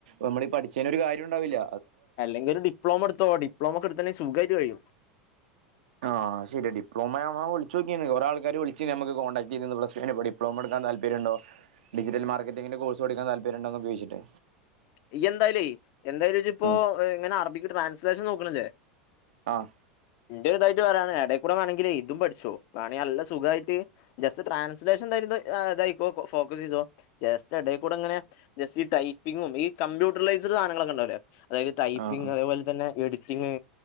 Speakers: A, on the right (about 60°); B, on the left (about 45°).
A: നമ്മളീ പഠിച്ചേൻ ഒരാ കാര്യ ഉണ്ടാവുല്ല
B: അല്ലെങ്കിൽ ഒരു ഡിപ്ലമ ഇട്ത്തോ ഡിപ്ലമൊക്ക ഇട്ത്തൊ സുഖയിട്ട് കഴിയും
A: ആഹ് ശരി ഡിപ്ലൊമ വ വിളിച്ചൊ ക്കിൻ കൊറെ ആൾക്കാര് വിളിച്ച് നമ്മക്ക് കോടാക്ട് ചെയ്യ്തിൻ പ്ലസ് ഡപ്ളൊമ ഇട്ക്കാൻ താൽപര്യണ്ടൊ ഡിജിറ്റൽ മാർക്കറ്റി കോഴ്സ് പഠിക്കാൻ താല്പര്ംണ്ടോന്നൊക്കെ ചോയിച്ച്ട്ട്
B: ഇയ്യ എന്തായാലേയ് എന്തായാലും ചിപ്പോ
A: ഉം
B: ഇങ്ങനെ അറബിക്ക് ട്രാൻസ്ലേഷൻ നോക്ക്ണില്ലേ
A: ആഹ്
B: ഇന്റെ ഇതായിട്ട് പറയാണ് എട കൂടെ വേണെങ്കി ഇതും പഠിച്ചോ വേണെ അല്ല സുഖായിട്ട് ജസ്റ്റ് ട്രാൻസ്ലേഷൻ തര ഇതായിക്കോ ഫോക്കസ് ചെയ്തോ ജസ്റ്റ് ഇടയിൽ കൂടെ അങ്ങനെ ജസ്റ്റ് ഈ ടൈപ്പിങ്ങും ഈ കമ്പ്യൂട്ടറലൈസ്ഡ് സധങ്ങളൊക്കെ ഉണ്ടാവൂലേ അതായത് ടൈപ്പിംഗ്
A: ആഹ് ആഹ്
B: അതേപലെ തന്നെ എഡിറ്റിംഗ്